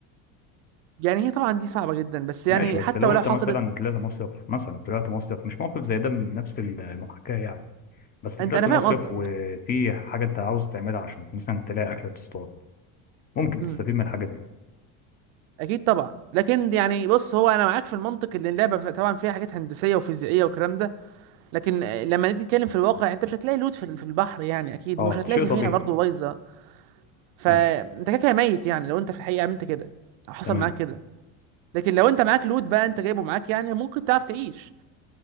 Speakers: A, on the right; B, on the left.
A: يعني هي طبعا دي صعبه جدا بس يعني
B: ماشي بس
A: حتى
B: لو
A: ولو
B: أنت
A: حصلت
B: مثلا طلعت مصيف مثلا طلعت مصيف مش موقف زي ده من نفس المحاكاة يعني بس
A: انت
B: طلعت
A: انا فاهم
B: مصيف
A: قصدك
B: وفي حاجة انت عاوز تعملها عشان مثلا تلاقي أكلة تصطاد ممكن
A: امم
B: تستفيد من الحاجات دي
A: اكيد طبعا لكن يعني بص هو انا معاك في المنطق اللي اللعبه طبعا فيها حاجات هندسيه وفيزيائيه والكلام ده لكن لما نيجي نتكلم في الواقع انت مش هتلاقي لوت في في البحر يعني اكيد
B: اه
A: ومش هتلاقي
B: شيء
A: سفينه
B: طبيعي
A: برضه بايظه فانت
B: ماشي
A: كده كده ميت يعني لو انت في الحقيقه عملت كده أو حصل
B: تمام
A: معاك كده لكن لو انت معاك لوت بقى انت جايبه معاك يعني ممكن تعرف تعيش